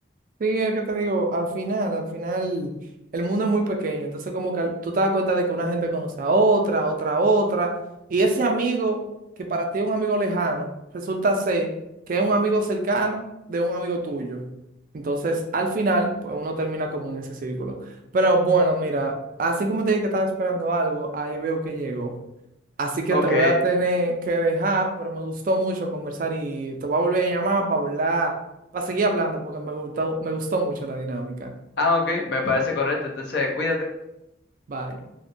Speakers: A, on the right; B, on the left.
A: Sí, es que te digo, al final, al final, el mundo es muy pequeño, entonces como que al- tú te das cuenta de que una gente conoce a otra, otra, a otra, y ese amigo que para ti es un amigo lejano, resulta ser que es un amigo cercano de un amigo tuyo. Entonces, al final, pues uno termina como en ese círculo. Pero bueno, mira, así como te dije que estaba esperando algo, ahí veo que llegó. Así que
B: Ok.
A: te voy a tener que dejar, pero me gustó mucho conversar y te voy a volver a llamar para hablar, para seguir hablando, porque me gustó, me gustó mucho la dinámica.
B: Ah, ok, me parece correcto. Entonces, cuídate.
A: Bye.